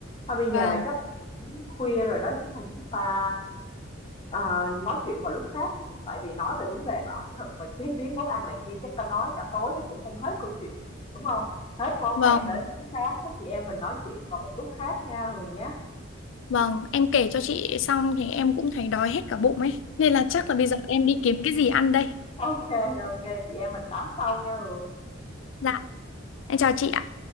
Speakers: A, on the left; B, on the left.
A: Thôi bây
B: Vâng.
A: giờ chắc cũng khuya rồi đó, chắc là chúng ta à, nói chuyện vào lúc khác nhé. Tại vì nói về vấn đề mà ẩm thực và chế biến món ăn này kia chắc ta nói cả tối chắc cũng không hết câu chuyện, đúng không? Hết món
B: Vâng,
A: này tới món khác, các chị em mình nói chuyện vào một lúc khác nha Hường nhé.
B: vâng, em kể cho chị xong thì em cũng thấy đói hết cả bụng ấy. Nên là chắc là bây giờ em đi kiếm cái gì ăn đây.
A: Ok, ok, chị em mình tám sau nha Hường.
B: Dạ, em chào chị ạ.